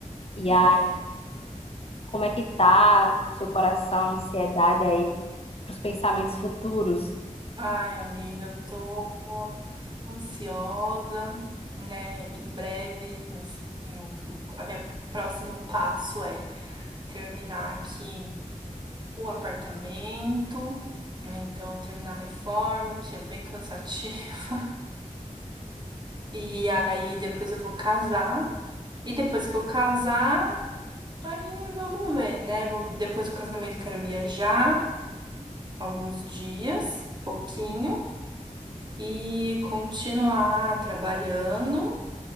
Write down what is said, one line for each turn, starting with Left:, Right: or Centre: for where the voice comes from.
Left: E
Right: É,
Left: aí, como é que tá o seu coração, a ansiedade aí pro- pros pensamentos futuros?
Right: ai, amiga, eu tô ansiosa, né? Em breve, assim, o, o, a minha próximo passo é terminar aqui o apartamento, né? Então, terminar a reforma, que é bem cansativo. <laughs> E aí, depois eu vou casar. E depois que eu casar, aí vamos ver, né? Vou, vi- depois do casamento, eu quero viajar. alguns dias, pouquinho, e continuar trabalhando.